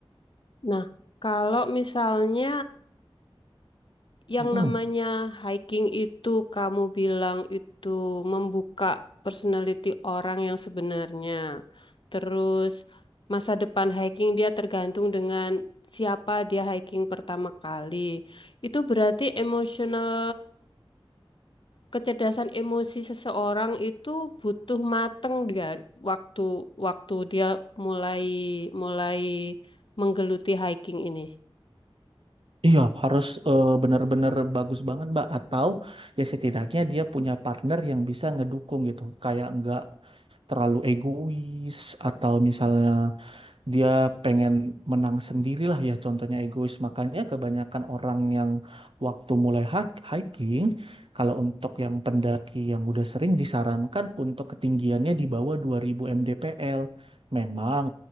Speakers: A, on the left; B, on the right.
A: Nah, kalau misalnya yang
B: Mm-mm.
A: namanya hiking itu kamu bilang itu membuka personality orang yang sebenarnya. Terus masa depan hiking dia tergantung dengan siapa dia hiking pertama kali. Itu berarti emotional kecerdasan emosi seseorang itu butuh mateng dia waktu waktu dia mulai mulai menggeluti hiking ini.
B: Iya, harus eh, benar-benar bagus banget, Mbak. Atau ya setidaknya dia punya partner yang bisa ngedukung gitu. Kayak nggak terlalu egois atau misalnya dia pengen menang sendirilah ya contohnya egois makanya kebanyakan orang yang waktu mulai hak- hiking kalau untuk yang pendaki yang udah sering disarankan untuk ketinggiannya di bawah 2000 mdpl memang